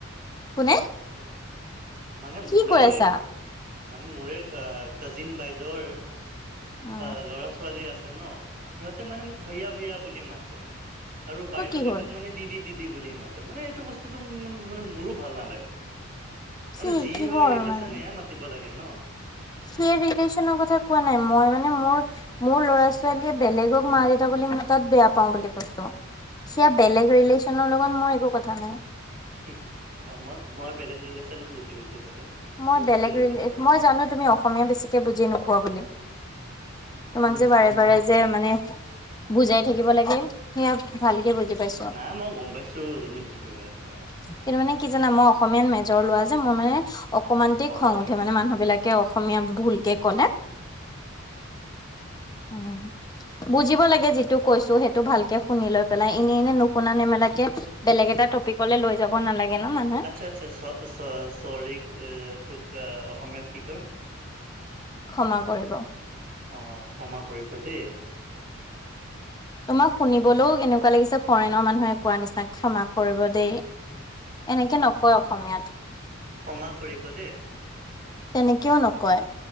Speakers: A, on the left; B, on the right.
A: কোনে?
B: উ মানে মোৰে
A: কি কৈ আছা
B: মানে মোৰে কা কাজিন বাইদেউৰ
A: অ।
B: আহ ল'ৰা ছোৱালী আছে ন সিহঁতে মানে মোক ভাইয়া ভাইয়া বুলি মাতে। আৰু বাইদেউ
A: তোৰ কি
B: কেইটাক
A: হ'ল?
B: মানে দিদি দিদি বুলি মাতে মানে এইটো বস্তুতো মানে মোৰো ভাল নালাগে। মানে
A: কি
B: যি
A: কিহৰ
B: হয় ৰিলেশ্যন
A: মানে
B: এয়াই মাতিব লাগে ন।
A: সেই ৰিলেশ্যনৰ কথা কোৱা নাই মই মানে মোৰ মোৰ ল'ৰা ছোৱালীয়ে বেলেগক মা দেউতা বুলি মতাত বেয়া পাও বুলি কৈছো, সেয়া বেলেগ ৰিলেশচনৰ লগত মোৰ একো কথা নাই।
B: হে অ মই মই বেলেগ ৰিলেশ্যনত গুচি গৈছো বাৰু।
A: মই
B: মোৰ
A: বেলেগ
B: তেনেকুৱা
A: ৰিলে
B: ভাল নালাগে
A: মই জানো তুমি অসমীয়া বেছিকে বুজি নোপোৱা বুলি। তোমাক
B: উম,
A: যে বাৰে
B: উম, উম।
A: বাৰে যে মানে বুজাই থাকিব লাগে সেয়া ভালকে বুজি পাইছো।
B: নাই মই গম পাইছো তুমি কি কৈ আছা।
A: কিন্তু মানে কি জানা মই অসমীয়াত মেজৰ লোৱা যে মই মানে অকমানতে
B: হয়।
A: খং উঠে মানে, মানুহ বিলা- কে অসমীয়া ভুলকে কলে উম বুজিব লাগে যিটো কৈছো সেইটো ভালকে শুনি লৈ পেলাই, এনেই এনেই নুশুনা নেমেলাকে বেলেগ এটা টপিকলে লৈ যাব নালাগে ন মানুহে।
B: আচ্ছা, আচ্ছা চ চৰি তোক অসমীয়াত কি কয়?
A: ক্ষমা কৰিব।
B: অ ক্ষমা কৰিব দেই।
A: তোমাক শুনিবলেও এনেকুৱা লাগিছে, ফৰেনৰ মানুহে কোৱা নিচিনা ক্ষমা কৰিব দেই। এনেকে নকয় অসমীয়াত।
B: ক্ষমা কৰিব দেই।
A: তেনেকেও নকয়।